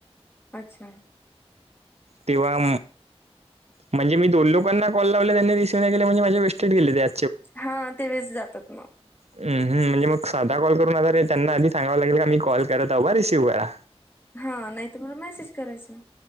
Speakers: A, on the left; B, on the right.
A: अच्छा.
B: तेव्हा म्हणजे मी दोन लोकांना कॉल लावले त्यांनी रिसीव्ह नाही केले म्हणजे माझे वेस्टेट गेले त्या
A: हा ते वेस्ट जातात मग
B: हमम म्हणजे मग साधा कॉल करून आताे त्यांना आधी सांगाव लागेल का मी कॉल करत बा रिसीव्ह करा
A: हा नाही तर मला मेसेज करायचं